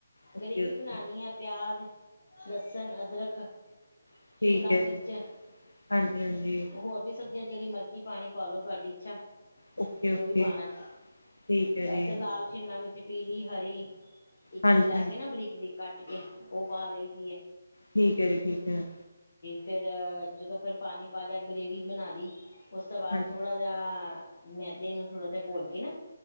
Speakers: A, on the left; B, on the left.
A: ਓਕੇ-ਓਕੇ।
B: ਗਰੇਵੀ ਬਣਾਉਣੀ ਹੈ ਪਿਆਜ਼ ਲਸਣ, ਅਦਰਕ
A: ਠੀਕ
B: ਸ਼ਿਮਲਾ
A: ਹੈ
B: ਮਿਰਚ,
A: ਜੀ ਹਾਂਜੀ ਹਾਂਜੀ
B: ਹੋਰ ਵੀ ਸਬ ਜਾਂ ਜਿਹੜੀ ਮਰਜ਼ੀ ਪਾਣੀ ਪਾਲੋ, ਤੁਹਾਡੀ ਇੱਛਾ।
A: ਓਕੇ
B: ਜੋ
A: ਓਕੇ
B: ਵੀ ਪਾਣਾ
A: ਠੀਕ ਹੈ
B: ਵੈਸੇ
A: ਜੀ
B: ਲਾਲ, ਸ਼ਿਮਲਾ ਮਿਰਚ, ਪੀਲੀ, ਹਰੀ। ਇੱਕ-
A: ਹਾਂਜੀ
B: ਇੱਕ ਲੈ
A: ਹਾਂਜੀ
B: ਕੇ ਨਾ ਬਰੀਕ-ਬਰੀਕ ਕੱਟ ਕੇ, ਉਹ ਪਾ ਲਈ ਦੀ ਐ।
A: ਠੀਕ ਹੈ ਜੀ, ਠੀਕ ਹੈ।
B: ਫਿਰ ਜਦੋਂ ਫਿਰ ਪਾਣੀ ਪਾ ਲਿਆ ਗਰੇੇਵੀ ਬਣਾ ਲਈ, ਉਸ ਤੋਂ ਬਾਅਦ
A: ਹਾਂਜੀ
B: ਥੋੜ੍ਹਾ ਜਿਹਾ ਮੈਦੇ ਨੂੰ ਥੋੜ੍ਹਾ ਜਿਹਾ ਘੋਲ ਕੇ ਨਾ